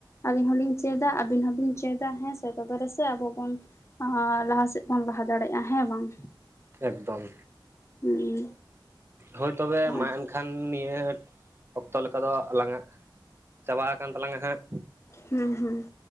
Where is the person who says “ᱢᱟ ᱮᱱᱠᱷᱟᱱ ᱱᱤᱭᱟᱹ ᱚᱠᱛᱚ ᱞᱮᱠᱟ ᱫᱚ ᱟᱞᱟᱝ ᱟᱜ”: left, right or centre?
Right